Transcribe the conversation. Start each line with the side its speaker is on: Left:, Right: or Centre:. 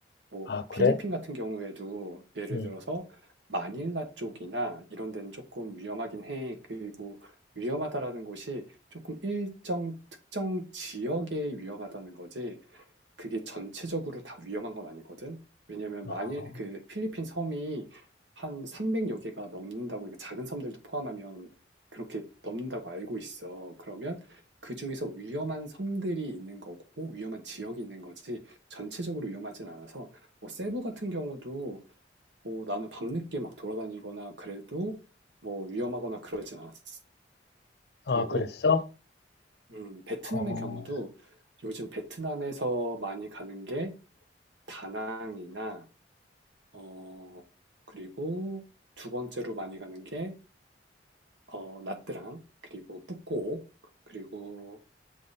Right: 뭐
Left: 아, 그래?
Right: 필리핀 같은 경우에도 예를
Left: 응.
Right: 들어서 마닐라 쪽이나 이런 데는 조금 위험하긴 해. 그리고 위험하다라는 곳이 조금 일정 특정 지역에 위험하다는 거지. 그게 전체적으로 다 위험한 건 아니거든. 왜냐면
Left: 어,
Right: 만일 그 필리핀 섬이 한 300여 개가 넘는다고, 그러니까 작은 섬들도 포함하면 그렇게 넘는다고 알고 있어. 그러면 그 중에서 위험한 섬들이 있는 거고, 위험한 지역이 있는 거지, 전체적으로 위험하진 않아서, 뭐, 세부 같은 경우도, 뭐, 나는 밤늦게 막 돌아다니거나 그래도, 뭐, 위험하거나 그러진 않았어.
Left: 아,
Right: 그리고,
Left: 그랬어?
Right: 음, 베트남의
Left: 어,
Right: 경우도 요즘 베트남에서 많이 가는 게 다낭이나 어 그리고 두 번째로 많이 가는 게 어, 나트랑 그리고 뿌꼬 그리고